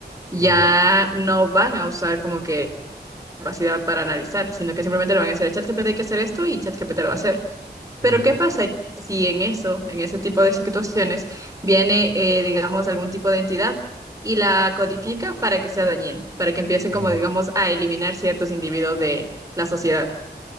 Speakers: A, on the right; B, on the right.
A: ya
B: ujú,
A: no van a usar como que capacidad para analizar, sino que simplemente le van a decir a ChatGPT hay que hacer esto y ChatGPT lo va a hacer.
B: ujú,
A: Pero ¿qué pasa si en eso, en ese tipo de situaciones, viene, eh, digamos, algún tipo de entidad y la codifica para que sea dañina, para que empiece
B: ujú.
A: como, digamos, a eliminar ciertos individuos de la sociedad?